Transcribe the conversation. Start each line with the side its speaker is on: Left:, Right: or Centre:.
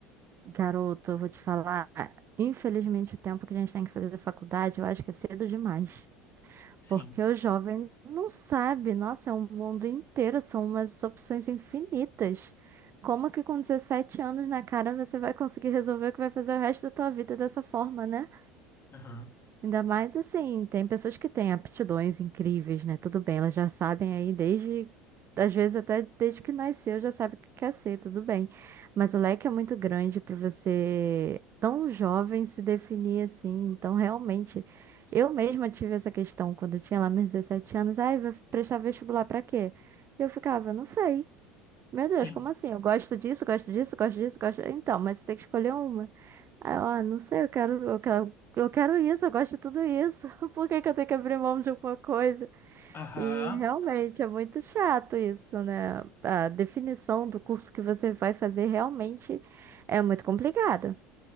Right: Garoto, eu vou te falar, infelizmente o tempo que a gente tem que fazer faculdade, eu acho que é cedo demais.
Left: Sim.
Right: Porque o jovem não sabe, nossa, é um mundo inteiro, são umas opções infinitas. Como que com 17 anos na cara você vai conseguir resolver o que vai fazer o resto da tua vida dessa forma, né?
Left: Aham.
Right: Ainda mais assim, tem pessoas que têm aptidões incríveis, né? Tudo bem, elas já sabem aí desde, às vezes até desde que nasceu, já sabe o que quer ser, tudo bem. Mas o leque é muito grande para você, tão jovem, se definir assim. Então, realmente, eu mesma tive essa questão quando eu tinha lá meus 17 anos. Ai, vou prestar vestibular para quê? E eu ficava, não sei. Meu Deus,
Left: Sim.
Right: como assim? Eu gosto disso, gosto disso, gosto disso, gosto. Então, mas você tem que escolher uma. Aí eu, ah, não sei, eu quero, eu quero, eu quero isso, eu gosto de tudo isso. <laughs> Por que que eu tenho que abrir mão de alguma coisa?
Left: Aham.
Right: E realmente é muito chato isso, né? A definição do curso que você vai fazer realmente é muito complicada.